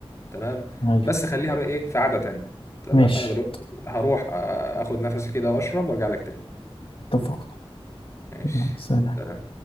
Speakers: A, on the left (about 30°); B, on the left (about 65°).
A: تمام
B: أيوه
A: بس خليها بقى إيه في قعدة تانية تمام
B: ماشي
A: أنا دلوقتي هروح آه، آخد نفسي كده وأشرب وأرجع لك تاني
B: اتفقنا
A: ماشي
B: يلا، سلام
A: سلام.